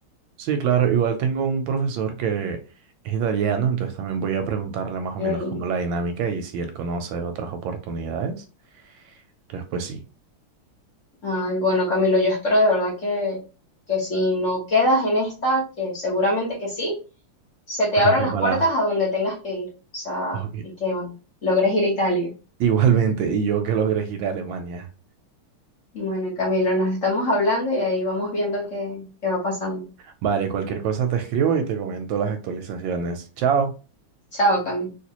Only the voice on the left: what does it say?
Mm.
Ay, bueno, Camilo, yo espero de verdad que, que si no quedas en esta, que seguramente que sí, se te
abran las
puertas a donde tengas que ir. O sea,
y que, bueno, logres ir a Italia.
Y Bueno, Camilo, nos estamos hablando y ahí vamos viendo qué, qué va pasando.
Chao, Camilo.